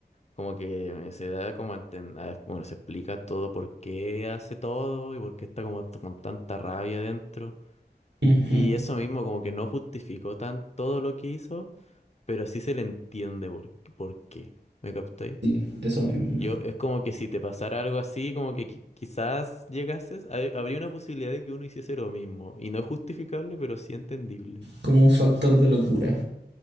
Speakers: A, on the left; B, on the right.
A: Como que se da como a entender... Bueno, se explica todo por qué hace todo y por qué está como t- con tanta rabia dentro.
B: Ujú,
A: Y eso mismo como que no justificó tan todo lo que hizo, pero sí se le entiende por, por qué. ¿Me captáis?
B: Sí, eso mismo.
A: Yo, es como que si te pasara algo así, como que qui- quizás llegases, hay- habría una posibilidad de que uno hiciese lo mismo. Y no es justificable, pero sí entendible.
B: Como un factor de locura.